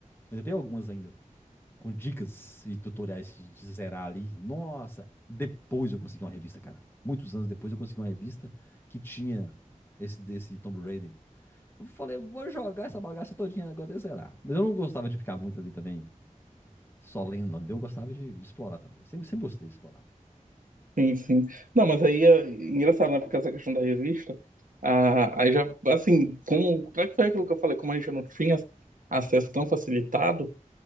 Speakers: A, on the left; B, on the right.
A: Mas tem algumas ainda. com dicas e tutoriais de zerar ali. Nossa, depois eu consegui uma revista, cara. Muitos anos depois eu consegui uma revista que tinha esse desse Tomb Raider. Eu falei, vou jogar essa bagaça todinha agora de zerar. Mas eu não gostava de ficar muito ali também, só lendo, não, Eu gostava de, de explorar também. Sempre, sempre gostei de explorar.
B: sim, sim. Não, mas aí é engraçado, né? Porque essa questão da revista. Ah, aí já, assim, como. Como é que foi aquilo que eu falei? Como a gente não tinha acesso tão facilitado,